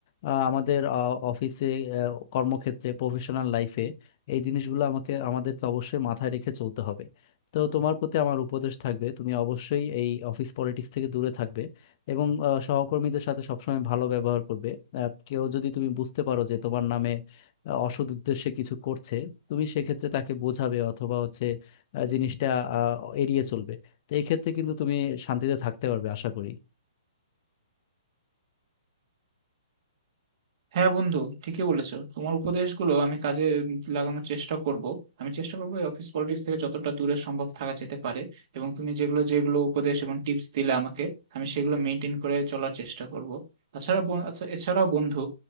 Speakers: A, on the left; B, on the right.
A: আহ, আমাদের অফিসে কর্মক্ষেত্রে প্রফেশনাল লাইফে এই জিনিসগুলো আমাকে আমাদেরকে অবশ্যই মাথায় রেখে চলতে হবে তো তোমার প্রতি আমার উপদেশ থাকবে তুমি অবশ্যই এই অফিস পলিটিক্স থেকে দূরে থাকবে এবং আহ, সহকর্মীদের সাথে সবসময় ভালো ব্যবহার করবে আহ, কেউ যদি তুমি বুঝতে পারো যে তোমার নামে আহ, অসৎ উদ্দেশ্যে কিছু করছে তুমি সেক্ষেত্রে তাকে বোঝাবে অথবা হচ্ছে আহ, জিনিসটা আহ, এড়িয়ে চলবে তো এই ক্ষেত্রে কিন্তু তুমি শান্তিতে থাকতে পারবে আশা করি
B: হ্যাঁ বন্ধু ঠিকই বলেছো তোমার উপদেশগুলো আমি কাজে লাগানোর চেষ্টা করব আমি চেষ্টা করবো এই অফিস পলিটিক্স থেকে যতটা দূরে সম্ভব থাকা যেতে পারে এবং তুমি যেগুলো যেগুলো উপদেশ এবং টিপস দিলে আমাকে আমি সেগুলো মেনটেন করে চলার চেষ্টা করব তাছাড়া বন- আচ্ছা, এছাড়াও বন্ধু